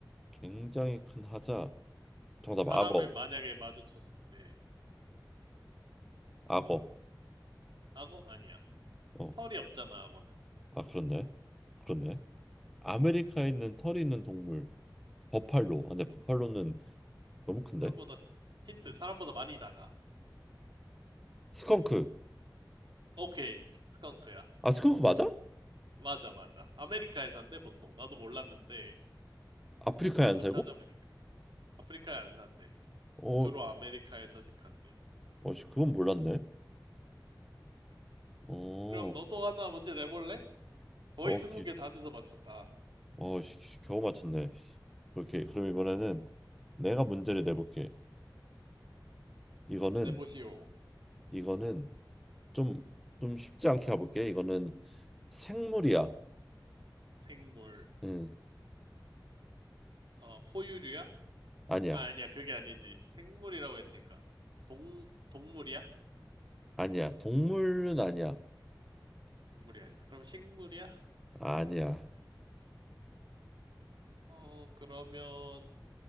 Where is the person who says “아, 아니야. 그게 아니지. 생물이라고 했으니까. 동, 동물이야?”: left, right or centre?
Right